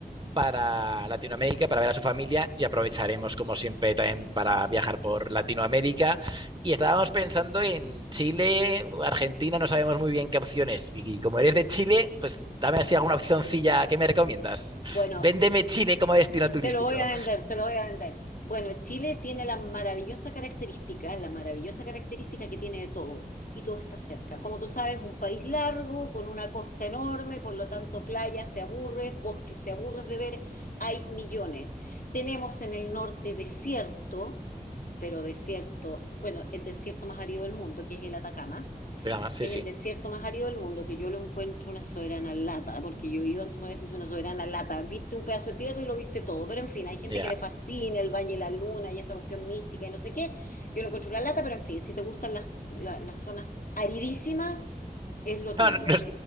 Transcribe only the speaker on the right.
para Latinoamérica, para ver a su familia y aprovecharemos como siempre también para viajar por Latinoamérica. Y estábamos pensando en Chile, Argentina, no sabemos muy bien qué opciones. Y, como eres de Chile, pues dame así alguna opcioncilla que me recomiendas.
Véndeme Chile como destino turístico.
Pero, sí,
sí,
ya.
No,
no,